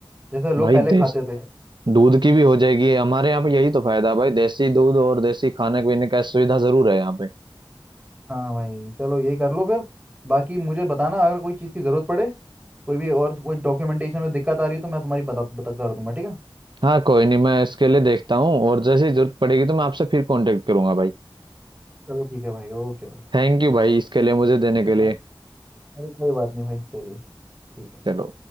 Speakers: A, on the right (about 15°); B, on the right (about 60°).
A: जैसे लोग
B: भाई
A: पहले
B: देश
A: खाते थे
B: दूध की भी हो जाएगी हमारे यहाँ पे यही तो फायदा है भाई देसी दूध और देसी खाने पीने का सुविधा जरूर है यहाँ पे
A: हाँ भाई चलो ये कर लो फिर बाकी मुझे बताना अगर कोई चीज़ की ज़रूरत पड़े कोई भी और कोई डॉक्यूमेंटेशन में दिक्कत आ रही है तो मैं तुम्हारी मदद बता कर दूंगा ठीक है
B: हाँ कोई नहीं मैं इसके लिए देखता हूँ और जैसे ही जरूरत पड़ेगी तो मैं आपसे फिर कांटेक्ट करूंगा भाई
A: चलो ठीक है भाई ओके भाई
B: थैंक यू भाई इसके लिए मुझे देने के
A: हाँ
B: लिए
A: अरे कोई बात नहीं भाई चलिए ठीक है
B: चलो